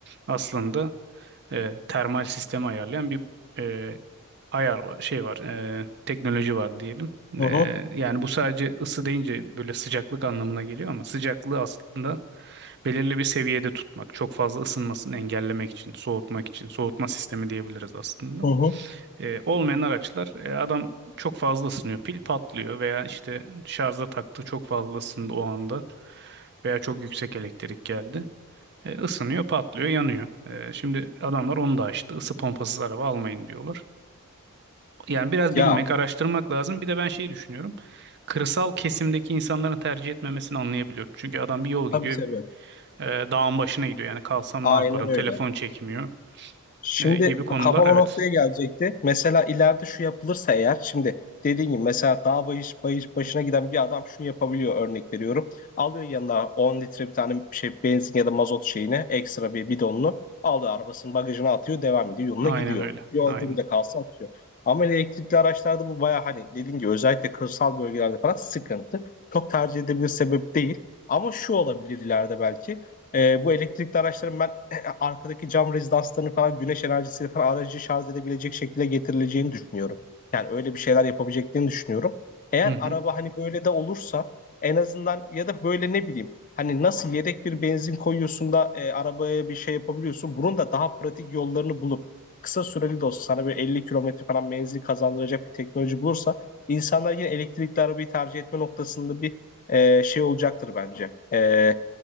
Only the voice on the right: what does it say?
aslında e, termal sistemi ayarlayan bir e, ayar var, şey var, e, teknoloji var diyelim.
E,
yani bu sadece ısı deyince böyle sıcaklık anlamına geliyor ama sıcaklığı aslında belirli bir seviyede tutmak, çok fazla ısınmasını engellemek için, soğutmak için, soğutma sistemi diyebiliriz aslında.
E, olmayan araçlar, e, adam çok fazla ısınıyor, pil patlıyor veya işte şarja taktı çok fazla ısındı o anda veya çok yüksek elektrik geldi. E, ısınıyor, patlıyor, yanıyor. E, şimdi adamlar onu da açtı. Isı pompasız araba almayın diyorlar. Yani biraz
bilmek, araştırmak lazım. Bir de ben şey düşünüyorum. Kırsal kesimdeki insanların tercih etmemesini anlayabiliyorum. Çünkü adam bir yol
gidiyor,
e, dağın başına gidiyor. Yani kalsam
ne yaparım?
Telefon çekmiyor
e, gibi konular.
Evet.
Aynen
öyle.
Aynen.
Hı hı.